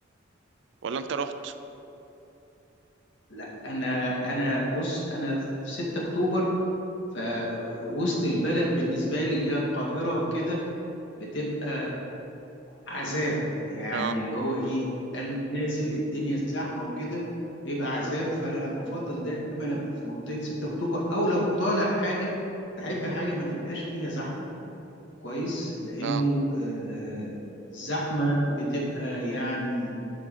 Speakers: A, on the right; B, on the left.
A: ولا انت رحت
B: لا انا انا بص انا في 6 اكتوبر فوسط
A: مم.
B: البلد بالنسبه لي اللي هي القاهره وكده بتبقى عذاب يعني
A: اه
B: اللي هو ايه أنا نازل الدنيا زحمه وكده بيبقى عذاب فانا بفضل دايما ابقى في منطقه 6 اكتوبر او لو طالع حاجه بحب حاجه ما تبقاش فيها زحمه كويس لانه
A: اه
B: آه، الزحمه بتبقى يعني